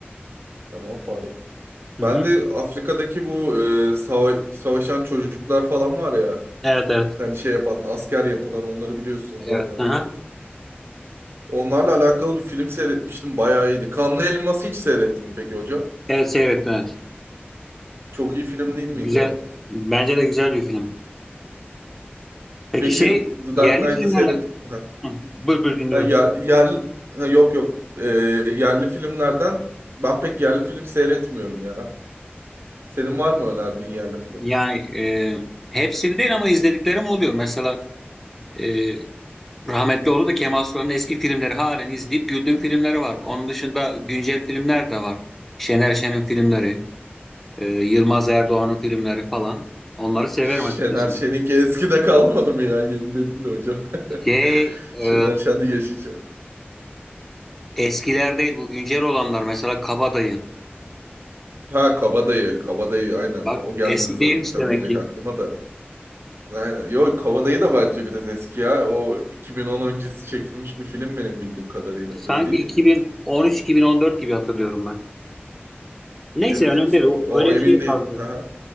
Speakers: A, on the right; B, in the centre.
A: Hani o fare.
B: Hı
A: Ben
B: hı.
A: de Afrika'daki bu e, sava- savaşan çocuklar falan var ya.
B: Evet, evet.
A: Hani şey yapan, asker yapılan onları biliyorsunuz
B: Evet.
A: zaten.
B: Aha.
A: Onlarla alakalı bir film seyretmiştim. Bayağı iyiydi. Kanlı Elmas'ı hiç seyrettin mi peki hocam?
B: Evet, seyrettim, evet.
A: Çok iyi film değil
B: Güzel.
A: miydi?
B: Bence de güzel bir film. Peki
A: Peki
B: şey,
A: The
B: yerli
A: Dark Knight'ı
B: filmlerle
A: seyrettim. Ha,
B: Hı, Buyur buyur dinliyorum.
A: ya, yer, ha, yok yok. E, yerli filmlerden ben pek yerli film seyretmiyorum ya. Senin var mı önerdiğin yerli film?
B: Yani e, hepsini değil ama izlediklerim oluyor. Mesela e, rahmetli oldu da Kemal Sunal'ın eski filmleri halen izleyip güldüğüm filmleri var. Onun dışında güncel filmler de var. Şener Şen'in filmleri, e, Yılmaz Erdoğan'ın filmleri falan. Onları severim
A: Şener
B: açıkçası.
A: Şen'inki eskide kalmadı mı ya? Yeni dedin de hocam.
B: Şey,
A: <laughs> Şener
B: e,
A: Şen de yaşayacak.
B: eskiler değil bu güncel olanlar. Mesela Kabadayı.
A: Ha Kabadayı. Kabadayı aynen.
B: Bak
A: O geldi
B: eski
A: zaten
B: değilmiş demek
A: direkt
B: ki.
A: aklıma da. Aynen. Yo Kabadayı da bence biraz eski ya. O 2010 öncesi çekilmiş bir film benim bildiğim kadarıyla.
B: Sanki
A: Öyle değil
B: 2013-2014
A: miydi?
B: gibi hatırlıyorum ben. Neyse
A: Ciddi
B: önemli
A: misin?
B: değil. O-
A: O,
B: Öyle
A: o emin
B: bir şey
A: değilim.
B: kaldı.
A: Hı hı.